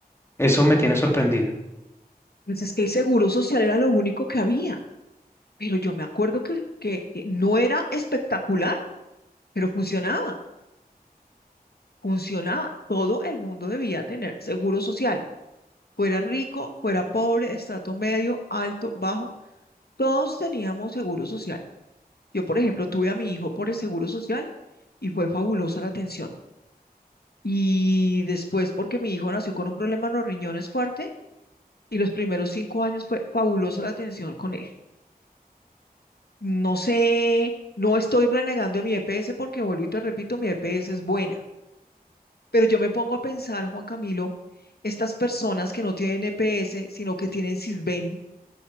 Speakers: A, on the left; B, on the left.
A: Eso me tiene sorprendido.
B: pues es que el seguro social era lo único que había, pero yo me acuerdo que, que que no era espectacular, pero funcionaba, funcionaba. Todo el mundo debía tener seguro social. fuera rico, fuera pobre, estrato medio, alto, bajo, todos teníamos seguro social. Yo, por ejemplo, tuve a mi hijo por el seguro social y fue fabulosa la atención. Y después, porque mi hijo nació con un problema en los riñones fuerte y los primeros cinco años fue fabulosa la atención con él. No sé, no estoy renegando a mi EPS porque vuelvo y te repito, mi EPS es buena. Pero yo me pongo a pensar, Juan Camilo, estas personas que no tienen EPS, sino que tienen Sisbén,